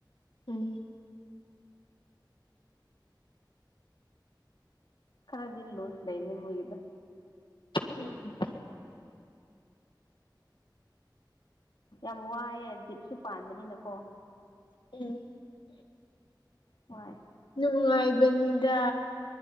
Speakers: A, on the left (about 85°); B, on the left (about 70°).
A: ꯎꯝ
B: ꯈꯔꯗꯤꯟ ꯂꯨꯁ ꯂꯩꯅꯦ ꯃꯒꯤꯗ
A: ꯎꯝ
B: ꯌꯥꯝ ꯋꯥꯑꯦ ꯖꯤꯠꯁꯨ ꯄꯥꯟꯕꯅꯤꯅꯀꯣ
A: ꯎꯝ
B: ꯍꯣꯏ
A: ꯅꯨꯡꯉꯥꯏꯕꯅꯤꯗ